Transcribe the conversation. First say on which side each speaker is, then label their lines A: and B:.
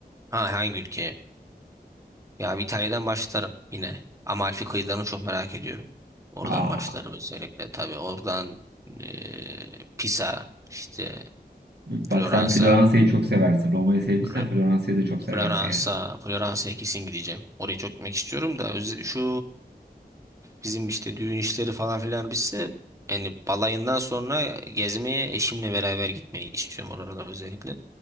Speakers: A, on the right; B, on the right.
A: Ha hangi ülkeye? Ya bir İtalya'dan başlarım yine. Amalfi kıyılarını çok merak ediyorum. Oradan
B: Aa,
A: başlarım özellikle tabii. Oradan eee, Pisa, işte
B: bak
A: Floransa,
B: sen Floransa'yı çok seversin. Roma'yı sevmişsen
A: Fl-
B: Floransa'yı da çok seversin
A: Floransa,
B: yani.
A: Floransa'ya kesin gideceğim. Oraya çok gitmek istiyorum da öz- şu bizim işte düğün işleri falan filan bitse yani balayından sonra gezmeye eşimle beraber gitmeyi istiyorum oralara özellikle.